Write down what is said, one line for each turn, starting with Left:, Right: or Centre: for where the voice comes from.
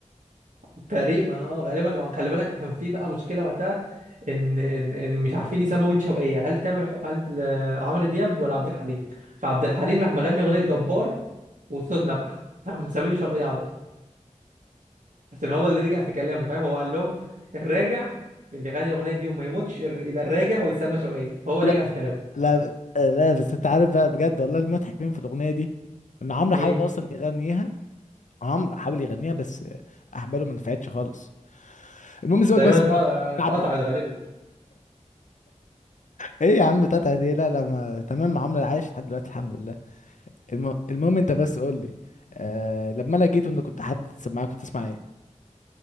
Right: <laughs> تقريبا اه غالبا وخلي بالك كان في بقى مشكله وقتها ان ان, إن مش عارفين يسموا مين شوقية هل تامر حو- هل آه، عمرو دياب ولا عبد الحليم فعبد الحليم راح مغني اغنيه جبار والصوت نبح فراحوا مسميني شوقية على طول عشان هو اللي رجع في كلامه فاهم هو قال لهم الراجع اللي غني الاغنيه دي وما يموتش يبقى الراجع ويتسمى شوقية فهو
Left: لا
Right: رجع في كلامه
Left: لا آه، لا بس انت عارف بقى بجد والله المضحك مين في الاغنيه دي ان عمرو
Right: مين
Left: حاول اصلا يغنيها عمرو حاول يغنيها بس احباله ما نفعتش خالص المهم سيبك
Right: تقريبا
Left: بس
Right: اتق-
Left: من عبد
Right: اتقطعت غالبا
Left: ايه يا عم بتاعتها دي لا لا ما... تمام عمرو عايش لحد دلوقتي الحمد لله الم... المهم انت بس قول لي آه... لما انا جيت وانت كنت حد معايا كنت تسمع ايه